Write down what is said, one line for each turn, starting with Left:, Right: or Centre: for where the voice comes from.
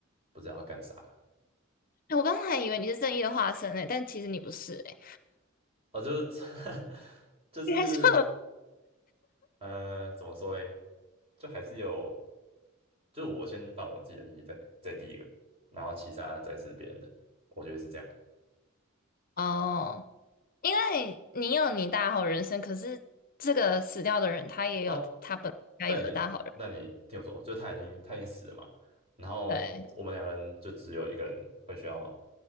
Right: 不知道要干啥。
Left: 我刚才还以为你是正义的化身诶，但其实你不是诶，
Right: 哦，就是 <laughs> 就是
Left: 你还说
Right: 呃，怎么说嘞？就还是有，就我先放我自己的利益在在第一个，然后其他再是别人的，我觉得是这样。
Left: <laughs> 哦，因为你有你大好人生，可是这个死掉的人他也有他本该有的大好人生。
Right: 那但你那你听我说，就他已经他已经死了嘛，然后我们两个人就只有一个人会需要
Left: 对，既